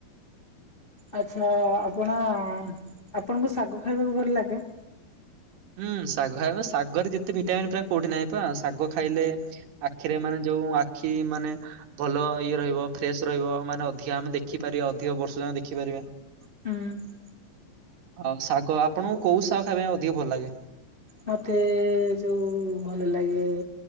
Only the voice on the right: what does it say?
ହୁଁ ଶାଗ ଖାଇବା ଶାଗରେ ଯେତେ ଭିଟାମିନ୍ ପ୍ରାୟ କୋଉଠି ନାହିଁ ପା। ଶାଗ ଖାଇଲେ ଆଖିରେ ମାନେ ଯୋଉଁ ଆଖି ମାନେ ଭଲ ଇଏ ରହିବ ଫ୍ରେଶ ରହିବ ମାନେ ଅଧିକା ଆମେ ଦେଖିପାରିବା ଅଧିକ ବର୍ଷ ଯାଙ୍କ ଦେଖିପାରିବା।
ଆମ୍ ଶାଗ ଆପଣଙ୍କୁ କୋଉ ଶାଗ ଖାଇବା ପାଇଁ ଅଧିକ ଭଲ ଲାଗେ?